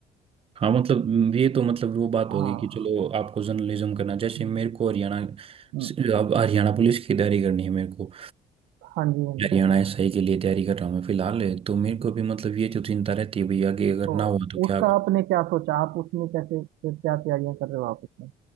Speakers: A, on the right (about 35°); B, on the right (about 80°).
A: हाँ मतलब ये तो मतलब वो बात
B: हाँ
A: होगी कि चलो आपको जर्नलिज्म करना जैसे
B: हम्म,
A: मेरे को हरियाणा
B: हम्म,
A: अब हरियाणा पुलिस की तैयारी करनी है मेरे को
B: हाँ जी हाँ
A: हरियाणा
B: जी
A: एसआई के लिए तैयारी कर रहा हूँ मैं फिलहाल तो मेरे को भी मतलब ये जो चिंता रहती है भैया कि अगर
B: तो
A: ना हुआ तो
B: उसका
A: क्या कर
B: आपने क्या सोचा आप उसमें कैसे फिर क्या तैयारियां कर रहे हो आप उसमें